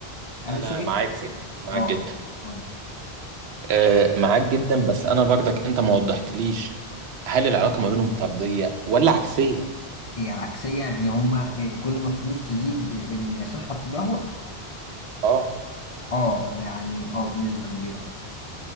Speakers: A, on the left (about 45°); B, on the right (about 85°).
A: انا
B: انا
A: شايف
B: معاك معاك
A: اه
B: جدا
A: اتفضل
B: آه، معاك جدا بس انا برضك انت ما وضحتليش هل العلاقة ما بينهم طردية ولا عكسية
A: هي عكسية يعني هما آه، كل ما الفلوس تزيد الصحة تتدهور
B: اه
A: اه يعني اه بنسبة كبيرة